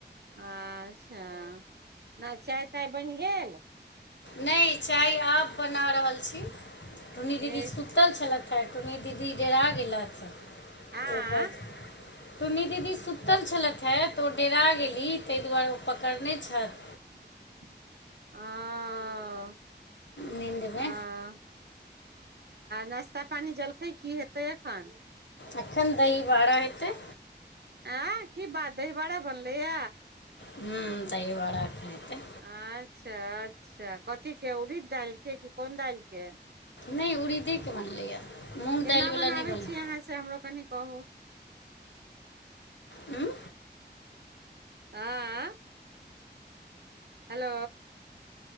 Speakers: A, on the right; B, on the left.
A: अच्छा <inaudible> नै चाय ताय बैन गेल
B: नै चाय आब बना रहल छी <inaudible> टुन्नी
A: ठीक
B: दीदी सुतल
A: छै
B: छलै खर टुन्नी दीदी डेरा गेलथि <inaudible>
A: आँ
B: ओ कह टुन्नी दीदी सुतल छलैथ है तऽ ओ डेरा गेली तैय दुवारे ओ पकड़ने छैथ
A: <unintelligible>
B: नीन्द में
A: <unintelligible> आ नाश्ता पानी जलखै की हेतै एखन
B: एखन दही बाड़ा हैतैय
A: ऐह की बात दही बाड़ा बनलैए
B: हूँ दही बाड़ा अखैन हेतै
A: अच्छ अच्छ कथी केँ उड़िद दाइल केँ कि कोन दाइल केँ
B: नै उड़ीदेकेँ बनलैए मूँग
A: केना
B: दालिवला
A: बनाबै
B: नहि बनलै
A: छी अहाँ से हमरो कनि कहु
B: हूँ
A: <unintelligible> हेलो